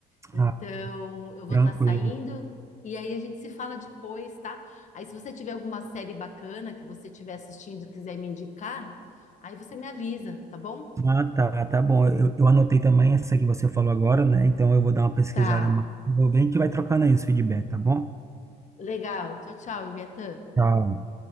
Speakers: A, on the left (about 45°); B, on the right (about 15°).
A: Então,
B: Ah,
A: eu
B: tranquilo.
A: vou estar saindo e aí a gente se fala depois, tá? Aí, se você tiver alguma série bacana que você estiver assistindo e quiser me indicar, aí você me avisa, tá bom?
B: Ah, tá, tá bom. Eu, eu anotei também essa que você falou agora, né? Então eu vou dar uma pesquisada
A: Tá.
B: mais. Vou ver, a gente vai trocando aí os feedback, tá bom?
A: Legal. Tchau, tchau, Ibiatã.
B: Tá.